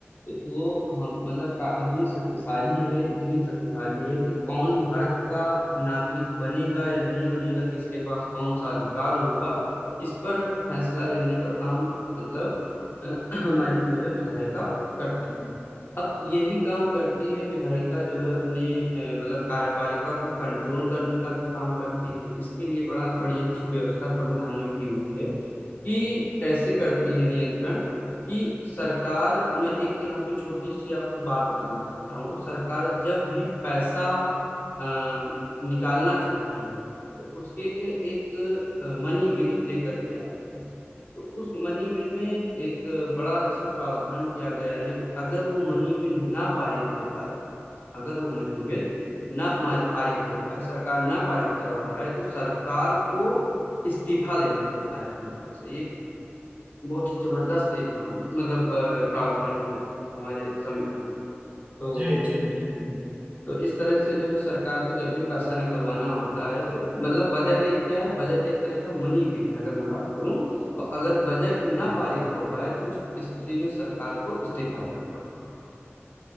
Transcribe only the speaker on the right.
जी जी
जी